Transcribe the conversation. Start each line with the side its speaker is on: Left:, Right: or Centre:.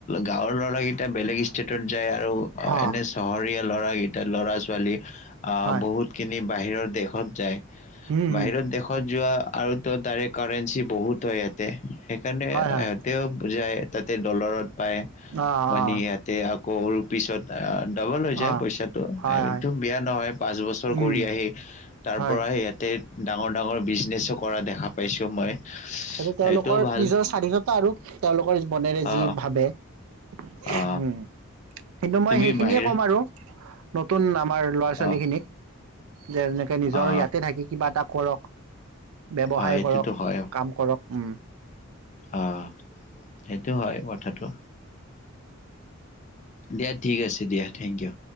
Left: গাঁৱৰ ল'ৰা কেইটা বেলেগ ষ্টেটত আৰু
Right: অ
Left: এনে চহৰীয়া ল'ৰাৰাকেইটা ল'ৰা ছোৱালী অ
Right: হয়
Left: বহুত খিনি বাহিৰৰ দেশত যায়
Right: উম হম
Left: বাহিৰত দেশত যোৱা আৰু তো তাৰে কাৰেন চি বহুত হয় ইয়াতে সেইকাৰণে
Right: হয় হয়
Left: এ তেওঁ যায় তাতে দলৰত পায়
Right: অ
Left: মানে
Right: অ
Left: ইয়াতে আকৌ পিছত ডাবল হৈ যায়
Right: অ
Left: পইচাটো
Right: হয়
Left: এইটো
Right: হয়
Left: বিয়া নহয় পাঁচ বছৰ
Right: উম
Left: কৰি আহি তাৰ
Right: হয়
Left: পৰাৰা ইয়াতে ডাঙৰ ডাঙৰ বিজনেছো কৰা দেখা পাইছোঁ মই
Right: আৰু তেওঁলোকৰ
Left: সেইটোও ভাল
Right: নিজৰ স্বাধীনতা আৰু তেওঁলোকৰ মনেৰে
Left: অ
Right: যি ভাবে উম
Left: অ
Right: কিন্তু মই
Left: তুমি
Right: সেইখিনিয়ে
Left: বাহিৰ
Right: ক'ম আৰু নতুন নাম আমাৰ ল'ৰা ছোৱালীখিনিক
Left: অ
Right: যে এনেকে নিজৰ
Left: অ
Right: ইয়াতে থাকি কিবা এটা কৰক ব্যৱসায়
Left: অ এইটোতো
Right: কৰক
Left: হয়
Right: কাম কৰক উম
Left: অ সেইটো হয় কথাটো। দিয়া ঠিক আছে দিয়া থেংক ইউ।